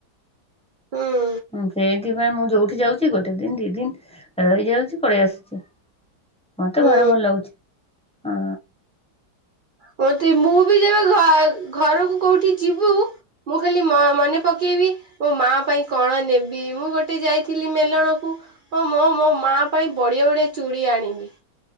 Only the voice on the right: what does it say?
ହୁଁ।
ହୁଁ
ମତେ ମୁଁ ବି ଯେବେ ଘ-ଘରକୁ କୋଉଠି ଯିବୁ। ମୁଁ ଖାଲି ମ ମନେ ପକେଇବି। ମୋ ମା ପାଇଁ କଣ ନେବି ମୁଁ ଗୋଟେ ଯାଇଥିଲି ମେଲଣକୁ। ହଁ ମୋ ମୋ ମା ପାଇଁ ବଢିଆ ବଢିଆ ଚୁଡ଼ି ଆଣିବି।